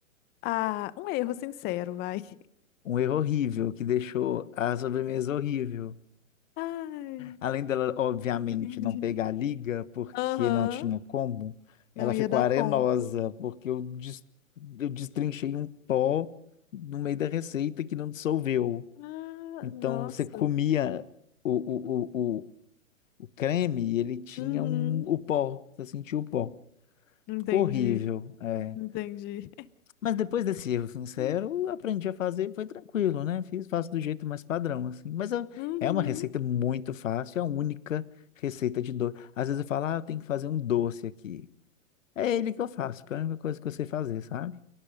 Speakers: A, on the left; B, on the left.
A: Ah, um erro sincero, vai. <laughs>
B: Um erro horrível que deixou a sobremesa horrível.
A: Ai,
B: Além dela, obviamente,
A: entendi.
B: não pegar a liga, porque
A: Aham,
B: não tinha como, ela
A: Não
B: ficou
A: ia dar
B: arenosa,
A: ponto.
B: porque eu, des- eu destrinchei um pó no meio da receita que não dissolveu.
A: Ah,
B: Então,
A: nossa.
B: você comia o, o, o, o, o creme e ele tinha
A: Uhum.
B: um, o pó, você sentia o pó.
A: Entendi,
B: Ficou horrível. é.
A: entendi.
B: Mas depois desse erro sincero,
A: <laughs>
B: eu aprendi a fazer, foi tranquilo, né? Fiz, faço do jeito mais padrão, assim. Mas eu-
A: Uhum.
B: é uma receita muito fácil, é a única receita de doce. Às vezes eu falo, ah, eu tenho que fazer um doce aqui. É ele que eu faço, porque é a única coisa que eu sei fazer, sabe?